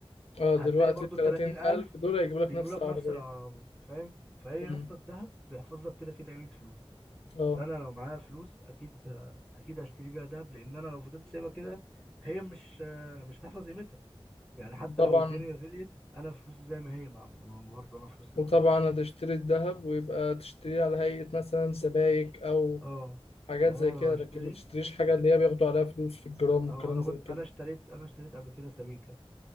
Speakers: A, on the left; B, in the centre.
A: اه
B: هتلاقي
A: دلوقتي
B: برضو
A: 30000
B: التلاتين ألف
A: دول هيجيبوا
B: بيجيبوا
A: لك نفس
B: لك
A: العربية
B: نفس العربية فاهم فهي
A: مم.
B: يا اسطى الدهب بيحفظ لك كده كده قيمة فلوسك
A: اه
B: فأنا لو معايا فلوس أكيد أكيد هشتري بيها دهب لأن أنا لو فضلت سايبها كده هي مش آه، مش هتحفظ قيمتها يعني حتى
A: طبعا
B: لو الدنيا غليت أنا فلوسي زي ما هي مع- برضه أنا فلوسي
A: وطبعا
B: رخيصة
A: هتشتري الذهب ويبقى تشتريه على هيئة مثلا سبائك أو
B: اه
A: حاجات
B: يعني
A: زي
B: أنا
A: كده
B: لو
A: لكن
B: أشتري
A: ما تشتريش حاجة اللي هي بياخدوا عليها فلوس في الجرام والكلام
B: اه انا
A: زي
B: كنت
A: كده
B: انا اشتريت انا اشتريت قبل كده سبيكه